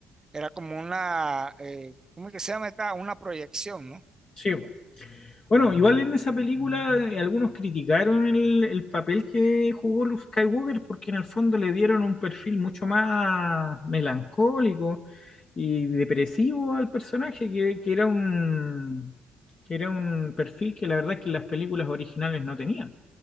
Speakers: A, on the right; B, on the left.
A: era como una, eh, ¿cómo es que se llama esta? Una proyección, ¿no?
B: sí. po. Bueno, igual en esa película eh, algunos criticaron el, el papel que jugó Luke Skywalker porque en el fondo le dieron un perfil mucho más melancólico y depresivo al personaje, que, que era un, que era un perfil que la verdad es que las películas originales no tenían.